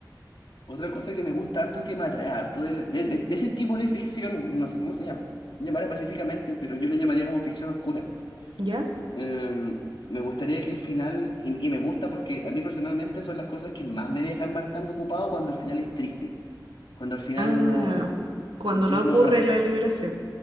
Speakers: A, on the left (about 75°); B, on the right (about 80°).
A: Otra cosa que me gusta harto, que me atrae harto de, la- de- de- de ese tipo de ficción, no sé cómo se llama, llamará pacíficamente, pero yo le llamaría como ficción oscura.
B: ¿Ya?
A: Eh, me gustaría que el final, y, y me gusta porque a mí personalmente son las cosas que más me dejan marcando ocupado cuando el final es triste, cuando al final
B: Ah,
A: no,
B: cuando
A: yo
B: no ocurre
A: no,
B: la liberación.